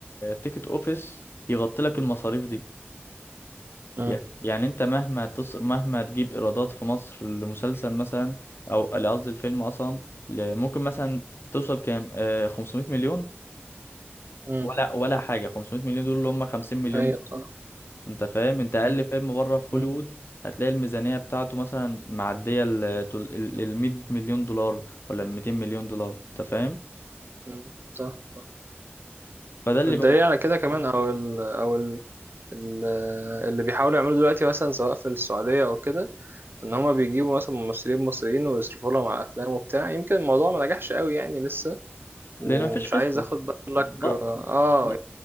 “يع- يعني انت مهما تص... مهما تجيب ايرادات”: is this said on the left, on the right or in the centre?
Left